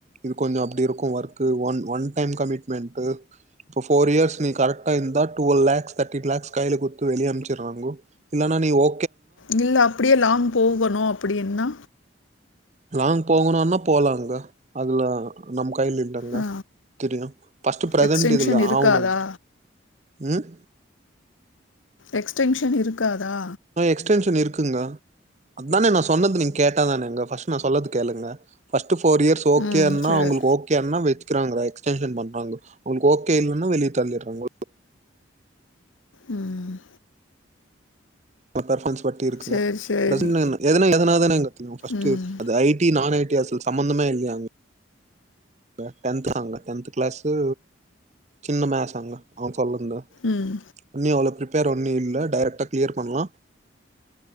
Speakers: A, on the right; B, on the left.
A: இது கொஞ்சொ அப்டி இருக்கு work one one time commitment இப்போ ஃபோர் இயர்ஸ் நீ கரெக்டா இருந்தா டுவல் லேக்ஸ் தேர்டின் லேக்ஸ் கைய்ல குட்த்து வெளிய அம்ச்சறாங்கொ இல்லன்னா நீ ஓ
B: இல்ல அப்டியே லாங் போகணு அப்டின்னா
A: லாங்க் போகணுனா போலாங்க அதுல நம்ம கைய்ல இல் லங்க
B: ஆ
A: திரியு பஸ்ட்டு பிரெசன்ட்
B: எக்ஸ்டென்ஷன்
A: இதுல
B: இருக்காதா
A: ஆவனுங்க ம்
B: எக்ஸ்டென்ஷன் இருக்காதா
A: அ எக்ஸ்டென்ஷன் இருக்குங்க அதானே நா சொன்னது நீங் கேட்டாதானேங்க ஃபர்ஸ்ட்டு நா சொல்லது கேளுங்க ஃபஸ்ட்டு ஃபோர் இயர்ஸ் ஓகேன்னா
B: ம் சரி
A: அவுங்களுக்கு ஓ க்கேயானா வெச்சுக்றாங்க எக்ஸ்டென்ஷன் பண்றாங்க உங்ளுக் ஓகே இல்லன்னா வெளிய தள்ளிறாங்க
B: ம்
A: <unintelligible> வட்டி இருக்குல
B: சரி சரி
A: <unintelligible> ஃபஸ்ட்
B: ம்
A: அது ஐடி நான் ஐடி அசுல சம்மந்தமே இல்லையாங்க க டென்த்தாங்க டென்த் கிளாஸு சின்ன மேஸாங்க அவ சொல்லிந்து
B: ம்
A: ஒன்னி அவ்ளோ பிரிப்பேர் ஒன்னி இல்ல டேரக்டா க்ளியர் பண்லா